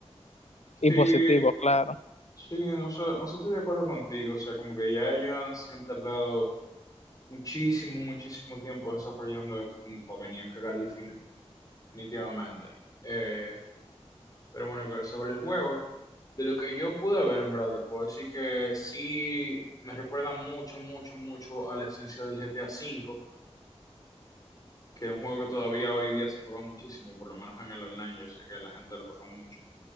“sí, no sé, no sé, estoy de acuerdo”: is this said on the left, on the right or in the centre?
Left